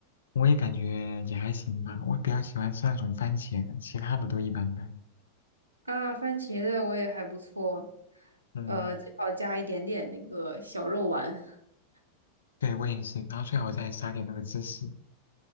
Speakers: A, on the left (about 65°); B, on the right (about 80°).
A: 我也感觉也还行吧，我比较喜欢吃那种番茄的，其他的都一般般。
B: 啊，番茄的我也还不错，
A: 嗯，
B: 呃，最好加一点点那个小肉丸。<laughs>
A: 对，我也是，然后最好再撒点那个芝士，